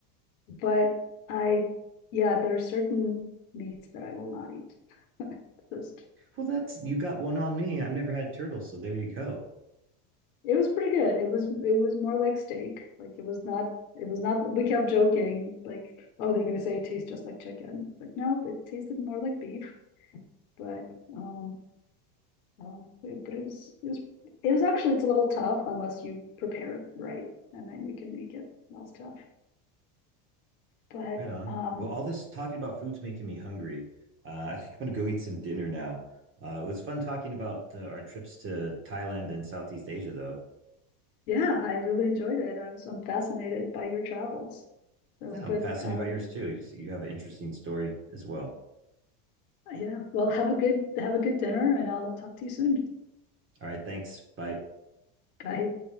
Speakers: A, on the left; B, on the right.
A: but I yeah, there are certain meats that I will not eat. <laughs> Just
B: Well, that's you got one on me. I've never had turtle, so there you go.
A: It was pretty good. It was it was more like steak. Like it was not it was not we kept joking, like, oh, they're gonna say it tastes just like chicken. It's like, no, it tasted more like beef, but um uh, it- but it was it was it was actually it's a little tough unless you prepare it right and then you can make it less tough. But
B: Right on.
A: um
B: Well, all this talking about food's making me hungry. Uh, I think I'm gonna go eat some dinner now. Uh, it was fun talking about uh, our trips to Thailand and Southeast Asia, though.
A: yeah, I really enjoyed it. I was I'm fascinated by your travels. So
B: Yeah, I'm
A: but
B: fascinated
A: um
B: by yours too. You, you have an interesting story as well.
A: yeah, well have a good have a good dinner and I'll talk to you soon.
B: All right, thanks. Bye.
A: Bye.